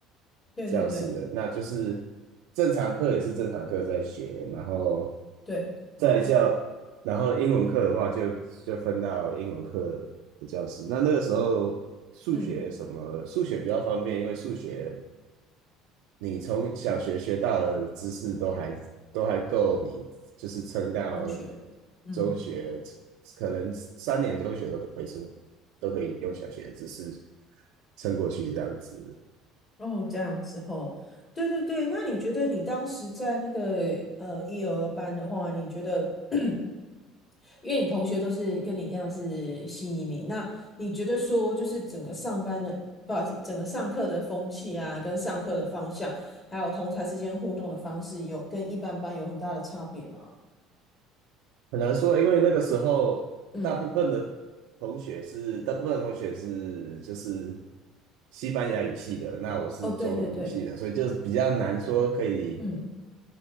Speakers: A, on the left (about 20°); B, on the right (about 80°).
A: 对对对
B: 教师的，那就是正常课也是正常课在学，然后
A: 对，
B: 在教，然后英文课的话就就分到英文课的教室。那那个时候数学什么数学比较方便，
A: 嗯，
B: 因为数学你从小学学到的知识都还都还够你，就是撑到
A: 中学的，嗯，
B: 中学，可能三年中学都可以撑，都可以用小学的知识撑过去这样子。
A: 哦，这样子后，对对对，那你觉得你当时在那个呃一、儿班的话，你觉得？<clears throat> 因为你同学都是跟你一样是新移民，那你觉得说就是整个上班的，不好意思，整个上课的风气啊，跟上课的方向，还有同才之间互动的方式有，跟一般班有很大的差别吗？
B: 很难说，因为那个时候大部分的同学是，
A: 嗯，
B: 大部分的同学是就是西班牙语系的，那我是中文语系的，
A: 哦，对对对，
B: 所以就是比较难说可以
A: 嗯，